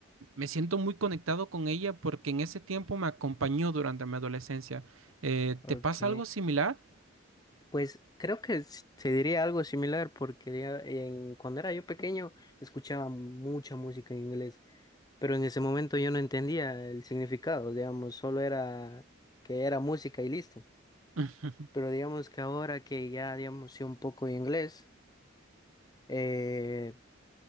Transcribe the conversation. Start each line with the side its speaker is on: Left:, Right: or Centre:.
Right: me siento muy conectado con ella porque en ese tiempo me acompañó durante mi adolescencia. Eh,
Left: Ok.
Right: ¿te pasa algo similar?
Left: Pues creo que s- se diría algo similar porque ya en, cuando era yo pequeño escuchaba mucha música en inglés. pero en ese momento yo no entendía el significado, digamos, solo era que era música y listo.
Right: Ujú.
Left: Pero digamos que ahora que ya, digamos, sé un poco de inglés, eh,